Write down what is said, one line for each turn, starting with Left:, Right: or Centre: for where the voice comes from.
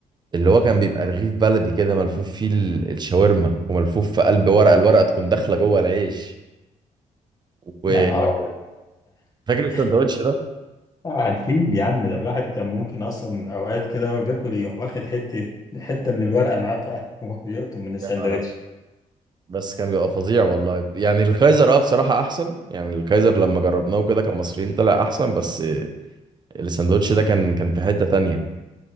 Right: اللي هو كان بيبقى رغيف بلدي كده ملفوف فيه ال- الشاورما وملفوف في قلب ورقه الورقه تكون داخله جوه العيش و
Left: يا نهار ابيض
Right: فاكر الساندوتش
Left: <laughs>
Right: ده
Left: عارفين يا عم ده الواحد كان ممكن اصلا اوقات كده وهو بياكل يروح واخد حته حته من الورقه معاه في قلبه وهو بيقطم <laughs> من الساندوتش
Right: يا نهار أبيض. بس كان بيبقى فظيع والله يعني الكايزر اه بصراحه احسن يعني الكايزر لما جربناه كده كمصريين طلع احسن بس الساندوتش ده كان كان في حته تانية